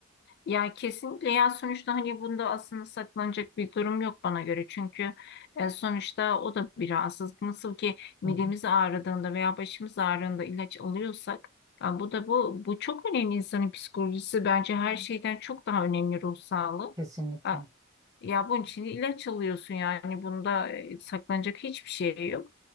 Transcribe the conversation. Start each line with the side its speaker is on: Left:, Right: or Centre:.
Left: Ya kesinlikle ya sonuçta hani bunda aslında saklanacak bir durum yok bana göre. Çünkü e, sonuçta o da bir rahatsızlık. Nasıl ki midemiz
Right: Hı hı.
Left: ağrıdığında veya başımız ağrıdığında ilaç alıyorsak ya bu da bu bu çok önemli insanın psikolojisi bence her şeyden çok daha önemli ruh sağlığı.
Right: Kesinlikle.
Left: Ya, ya bunun için ilaç alıyorsun yani bunda e, saklanacak hiçbir şey yok.